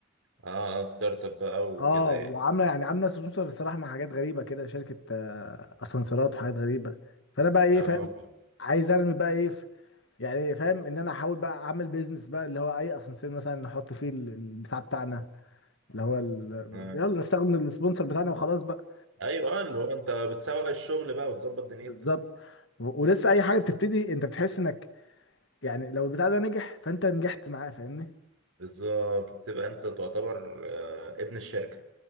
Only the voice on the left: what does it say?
اه وعامله
يعني عامله سبونسر الصراحه مع حاجات غريبه كده شركه آه، اسانسيرات وحاجات غريبه فانا بقى ايه
فاهم عايز ارمي بقى ايه في يعني إيه، فاهم ان انا احاول بقى اعمل بيزنس بقى اللي هو اي اسانسير مثلا نحط فيه ال- البتاع بتاعنا اللي هو ال...
يلا نستخدم السبونسر بتاعنا وخلاص بقى
بالظبط و- ولسه اي حاجه بتبتدي انت بتحس انك يعني لو البتاع ده نجح فانت نجحت معاه فاهمني